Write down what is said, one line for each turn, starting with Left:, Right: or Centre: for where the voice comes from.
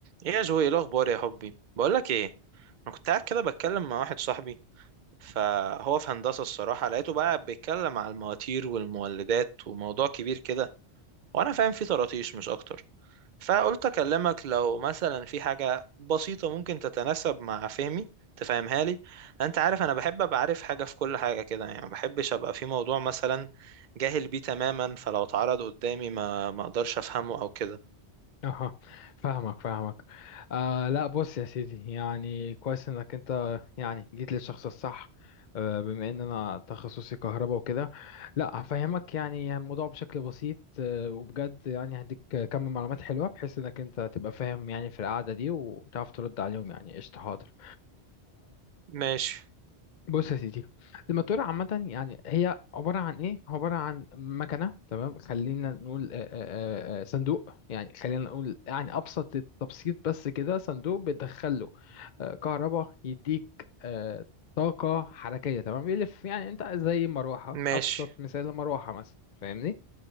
Right: ايه يا جوي ايه الاخبار يا حبي بقول لك ايه انا كنت قاعد كده بتكلم مع واحد صاحبي فهو في هندسه الصراحه لقيته بقى بيتكلم على المواتير والمولدات وموضوع كبير كده وانا فاهم فيه طراطيش مش اكتر فقلت اكلمك لو مثلا في حاجه بسيطه ممكن تتناسب مع فهمي تفهمها لي انت عارف انا بحب ابقى عارف حاجه في كل حاجه كده يعني ما بحبش ابقى في موضوع مثلا جاهل بيه تماما فلو اتعرض قدامي ما ما اقدرش افهمه او كده
Left: اها فاهمك فاهمك آه لا بص يا سيدي يعني كويس انك انت يعني جيت للشخص الصح آه بما ان انا تخصصي كهرباء وكده لا هفهمك يعني الموضوع بشكل بسيط آه وبجد يعني هديك كم معلومات حلوة بحيث انك انت تبقى فاهم يعني في القعدة دي وتعرف ترد عليهم يعني قشطة حاضر
Right: ماشي
Left: بص يا سيدي الماتورة عامة يعني هي عبارة عن إيه؟ عبارة عن مكنة تمام خلينا نقول آه، آه، آه، صندوق يعني خلينا نقول يعني أبسط التبسيط بس كده صندوق بتدخله آه، كهرباء يديك آه، طاقة حركية تمام يلف يعني أنت زي مروحة
Right: ماشي
Left: أبسط مثال مروحة مثلا فاهمني؟